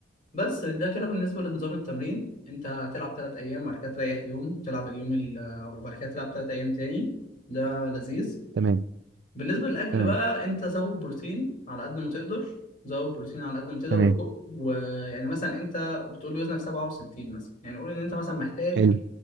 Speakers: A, on the left (about 45°); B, on the right (about 65°).
A: بس ده كده بالنسبة لنظام التمرين انت هتلعب تلات ايام وبعد كده تريح يوم وتلعب اليوم ال... آه، وبعد كده تلعب تلات ايام تاني ده لذيذ
B: تمام
A: بالنسبة للاكل
B: تمام
A: بقى انت زود بروتين على قد ما تقدر زود بروتين على قد ما تقدر
B: تمام
A: وكو... ويعني مثلا انت بتقول لي وزنك 67 مثلا يعني قول ان انت مثلا محتاج
B: حلو